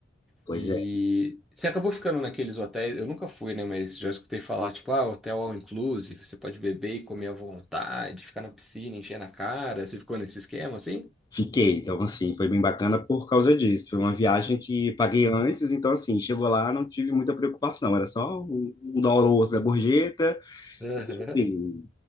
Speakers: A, on the left; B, in the centre.
A: Pois
B: E
A: é,
B: você acabou ficando naqueles hotéis, eu nunca fui, né, mas já escutei falar, tipo, ah, hotel all inclusive, você pode beber e comer à vontade, ficar na piscina, encher na cara, você ficou nesse esquema, assim?
A: fiquei. Então, assim, foi bem bacana por causa disso. Foi uma viagem que paguei antes, então, assim, chegou lá, não tive muita preocupação. Era só um um dólar ou outro da gorjeta.
B: Aham.
A: E, assim,